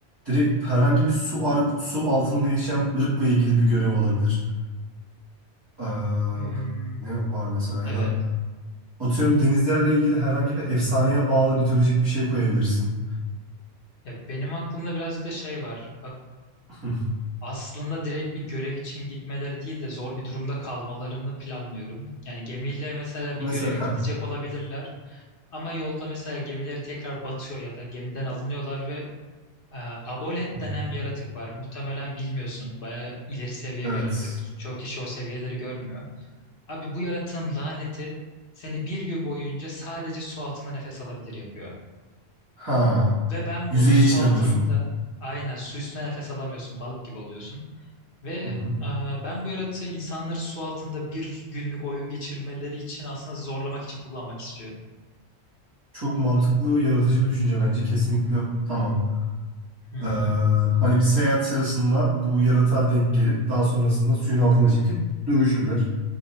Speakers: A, on the right; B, on the left.
A: direkt herhangi bir su ar- su altında yaşayan ırkla ilgili bir görev olabilir. Ee,
B: Hmm,
A: ne var mesela ya
B: evet.
A: da atıyorum denizlerle ilgili herhangi bir efsaneye bağlı mitolojik bir şey koyabilirsin.
B: Ya benim aklımda birazcık da şey var.
A: Hı.
B: Aslında direkt bir görev için gitmeleri değil de zor bir durumda kalmalarını planlıyorum. Yani gemiyle mesela
A: Mesela
B: bir göreve gidecek
A: heh.
B: olabilirler ama yolda mesela gemileri tekrar batıyor ya da gemiden alınıyorlar ve e, Abolet
A: Hı hı.
B: denen bir yaratık var. Muhtemelen bilmiyorsun. Bayağı ileri seviye
A: Evet.
B: bir yaratık. Çok kişi o seviyeleri görmüyor. Abi bu yaratığın laneti seni bir gün boyunca sadece su altında nefes alabilir yapıyor.
A: Ha.
B: Ve ben
A: Yüzeye
B: bunu su
A: çıkamıyorsun.
B: altında aynen su üstünde nefes alamıyorsun. Balık gibi oluyorsun. Ve
A: Hı hı.
B: e, ben bu yaratığı insanları su altında bir günlük oyun geçirmeleri için aslında zorlamak için kullanmak istiyorum.
A: Çok mantıklı, yaratıcı bir düşünce bence. Kesinlikle tamam.
B: Hı hı.
A: Ee, hani bir seyahat sırasında bu yaratığa denk gelip daha sonrasında suyun altına çekip dövüşürler.